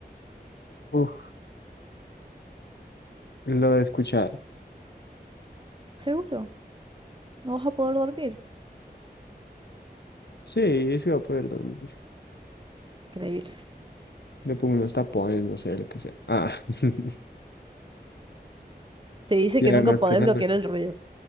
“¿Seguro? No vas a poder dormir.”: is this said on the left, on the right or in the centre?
Right